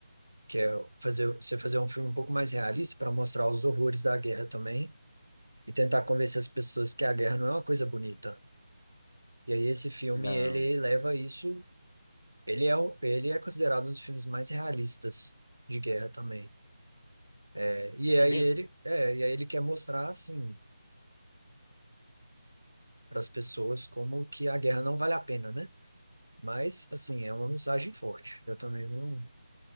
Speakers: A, on the right; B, on the left.
A: que é fazer, você fazer um filme um pouco mais realista para mostrar os horrores da guerra também e tentar convencer as pessoas que a guerra não é uma coisa bonita. E aí esse filme,
B: Não.
A: ele leva isso, ele é, o- ele é considerado um dos filmes mais realistas de guerra também. É, e
B: É
A: aí
B: mesmo?
A: ele, é, e aí ele quer mostrar assim, para as pessoas como que a guerra não vale a pena, né? Mas, assim, é uma mensagem forte. Eu também não,